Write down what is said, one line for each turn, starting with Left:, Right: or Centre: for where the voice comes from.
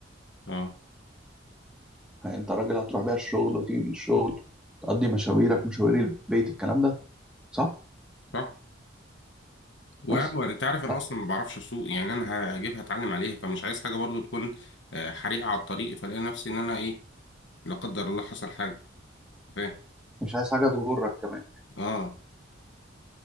Left: اه
Centre: يعني انت راجل هتروح بيها الشغل وتيجي من الشغل تقضي مشاويرك مشاوير البيت الكلام ده صح
Left: صح وأعمل
Centre: بس
Left: انت عارف انا
Centre: لا
Left: اصلا ما بعرفش اسوق يعني انا هجيبها اتعلم عليها فمش عايز حاجه برضو تكون آه، حريقه على الطريق فلاقي نفسي ان انا ايه لا قدر الله حصل حاجه فاهم
Centre: مش عايز حاجه تغرك كمان
Left: اه